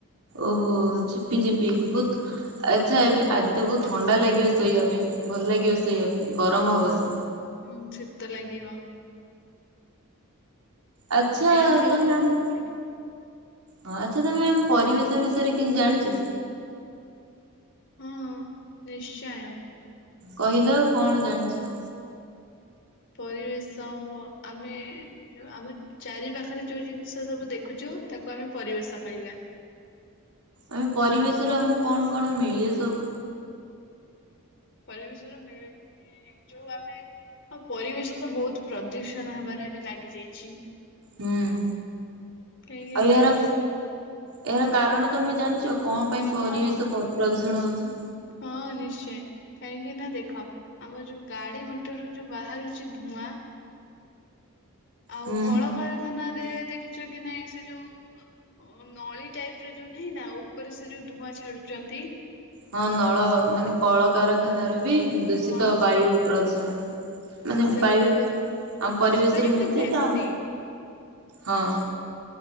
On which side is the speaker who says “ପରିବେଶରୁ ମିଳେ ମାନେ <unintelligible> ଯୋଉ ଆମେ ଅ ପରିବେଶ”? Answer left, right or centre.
Left